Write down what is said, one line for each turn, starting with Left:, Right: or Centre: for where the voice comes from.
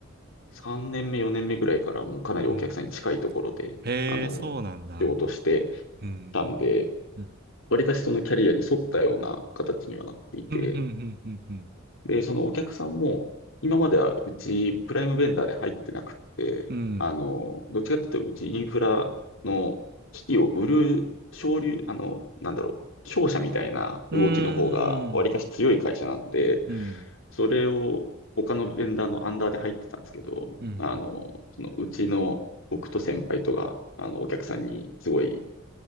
Left: 3年目、4年目ぐらいからもうかなりお客さんに近いところで、
Right: うん。へえ、
Left: あの、
Right: そうなんだ。
Left: 仕事して
Right: うん。
Left: たんで、
Right: うん。
Left: わりかしそのキャリアに沿ったような形にはなっていて、
Right: うん。うん。うん。
Left: で、そのお客さんも、今まではうちプライムベンダーで入ってなくて、
Right: うん。
Left: あの、どっちかっていうと、うちインフラの機器を売る、商流、あの、なんだろう、商社みたいな動きの方が、
Right: うん。
Left: わりかし強い会社なんで、
Right: うん。
Left: それを他のベンダーのアンダーで入ってたんですけど、
Right: うん。うん。
Left: あの、そのうちの僕と先輩とが、あの、お客さんにすごい